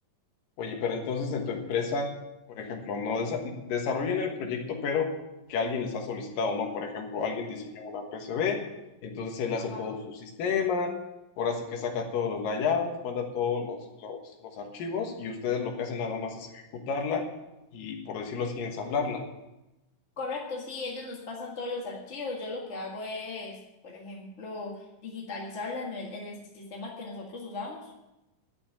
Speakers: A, on the left (about 75°); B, on the left (about 35°).
A: Oye, pero entonces en tu empresa, por ejemplo, no desa- desarrollan el proyecto, pero que alguien les ha solicitado, ¿no? Por ejemplo, alguien diseñó una PCB, entonces él hace
B: Ajá.
A: todo su sistema, ahora sí que saca todos los layouts, manda todos los, los, los archivos y ustedes lo que hacen nada más es ejecutarla y, por decirlo así, ensamblarla.
B: Correcto, sí, ellos nos pasan todos los archivos. Yo lo que hago es, por ejemplo, digitalizarla en el, en el sistema que nosotros usamos.